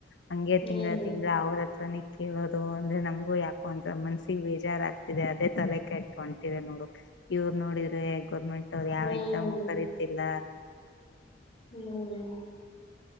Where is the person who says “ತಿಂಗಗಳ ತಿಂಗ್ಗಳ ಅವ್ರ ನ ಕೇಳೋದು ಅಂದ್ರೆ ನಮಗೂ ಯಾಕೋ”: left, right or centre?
Left